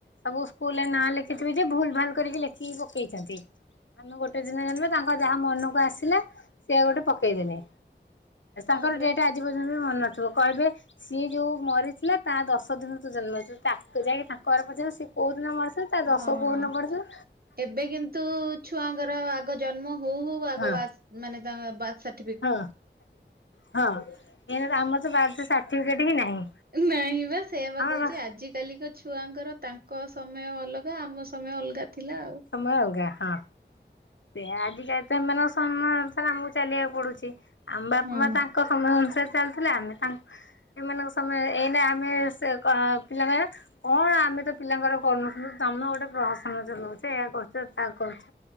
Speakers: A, on the left; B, on the right.
A: ସବୁ ସ୍କୁଲରେ ନାଁ ଲେଖିଥିବେ ଯେ, ଭୁଲ ଭାଲ କରିକି ଲେଖିକି ପକେଇଛନ୍ତି। ଆମେ ଗୋଟେ ଦିନ ଜନ୍ମ, ତାଙ୍କ ଯାହା ମନକୁ ଆସିଲା। ସିଏ ଗୋଟେ ପକେଇଦେଲେ।
B: ହଁ
A: ତାଙ୍କର
B: ପରା
A: ଡେଟ ଆଜି ପର୍ଯ୍ୟନ୍ତ ବି ମନେ ନଥିବ। କହିବେ ସିଏ ଯୋଉଁ ମରିଥିଲା, ତା ଦଶ ଦିନରୁ ତୁ ଜନ୍ମ ହେଇଛୁ। ତାକୁ ଯାଇକି ତାଙ୍କ ଘ ସେ କୋଉଁଦିନ ମରିଥିଲା ତା ଦଶ
B: ହଁ
A: କୋଉଁ ଦିନ ପଡ଼ିଥିଲା।
B: ଏବେ କିନ୍ତୁ ଛୁଆଙ୍କର, ଆଗ ଜନ୍ମ ହଉ ହଉ ଆଗ।
A: ହଁ
B: ମାନେ ତା ବାର୍ଥ ସା
A: ହଁ, ହଁ। ଆମର ତ ବାର୍ଥ ସାଟିଫିକେଟ ହିଁ ନାହିଁ।
B: ନାହିଁ ବା। ସେଇଆ ବା
A: ଆମର
B: କହୁଛି। ଆଜି କାଲିକ ଅଛ ଛୁଆଙ୍କର, ତାଙ୍କ ସମୟ ଅଲଗା। ଆମ ସମୟ ଅଲଗା। ଥିଲା ଆଉ
A: ସମୟ ଅଲଗା ହଁ। ସେ ଆଜି କ ସେମାନଙ୍କ ସମୟ ଅନୁସାରେ ଆମକୁ ଚାଲିବାକୁ ପଡୁଛି। ଆମ ବାପା
B: ହଁ
A: ମା ତାଙ୍କ ସମୟ ଅନୁସାରେ ଚାଲଥିଲେ। ଆମେ ତାଙ୍କ, ଏମାନଙ୍କ ସମୟ। ଏଇ ଆମେ ସେ ପିଲାଙ୍କ କଣ ଆମେ ତ ପିଲାଙ୍କର କରୁନଥିଲୁ। ତମେ ଗୋଟେ ପ୍ରହସନ ଚଲଉଛ। ସେ ଏୟା କରୁଛ ତା କରୁଛ।